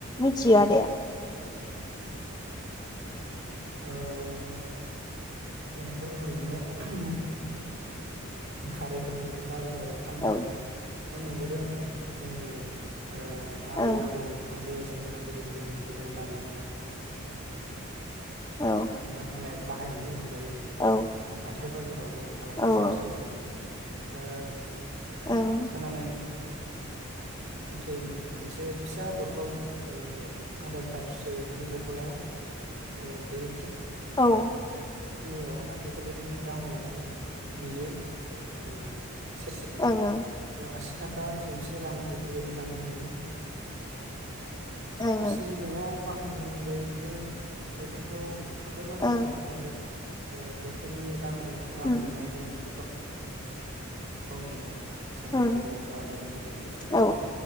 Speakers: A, on the left; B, on the right.
A: मिथियो आदाया।
B: ओ <inaudible> जोंहाथ ओरैनो <unintelligible> खारै <unintelligible> बाजाराव फाननाय
A: औ
B: । थ' नुबोदों जोंनि ओ आबै
A: ओं
B: आबौ आजै आज जौमोना गोदो गोदायनिफ्रायनो बानायनानै
A: औ
B: लानाय बाहायनायनि अनगा गायै
A: औ
B: हा थाय बाजाराव बो फालांगिसिम
A: औ औ
B: सोलायदों। ओ
A: ओं
B: खोनायनाय मथै मोनसे फिसा बथल ओ आदा लिटारसोनि बथलाव ओ बेखिनि
A: औ ।
B: नियाव बेफोरबायदि रां लानाय नुयो ओ सेरसेयाव
A: ओं
B: ओ आसि थाखा जौसे रां बेफोरबायदि लानाय नुयो।
A: औ ओं
B: गसिनि
A: ओं
B: नआव बाहायनायनि अनगायैबो बेफोरखौ हाथाय बाजाराव
A: ओं
B: फाननानै ओ बेफोरनि रांजों रां
A: उम
B: मोननाय जोंनो <inaudible> गावनि जोंनि
A: उम
B: बर'फ्रा गोदो गोदायनिफ्रायनो
A: औ